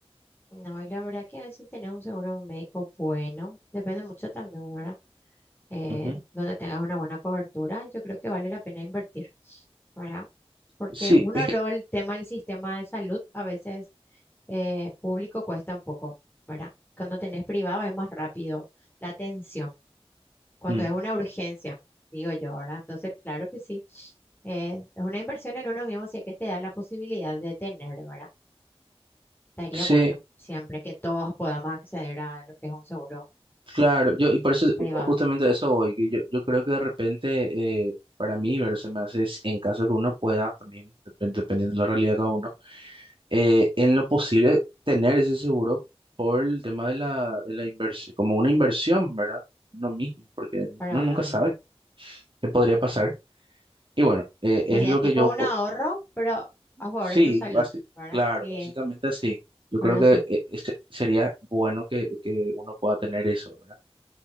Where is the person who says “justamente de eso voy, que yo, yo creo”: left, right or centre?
Right